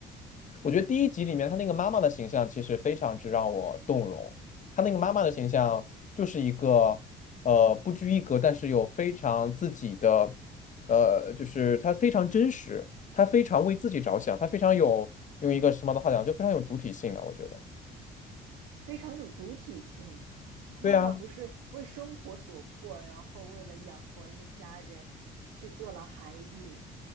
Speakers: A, on the left; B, on the right.
A: 我觉得第一集里面她那个妈妈的形象其实非常之让我动容，她那个妈妈的形象就是一个呃不拘一格，但是有非常自己的，呃，就是她非常真实，她非常为自己着想，她非常有用一个时髦的话讲，就非常有主体性啊，我觉得。
B: 非常有主体性。他妈妈不是为生活所迫，
A: 对啊，
B: 然后为了养活一家人去做了海女，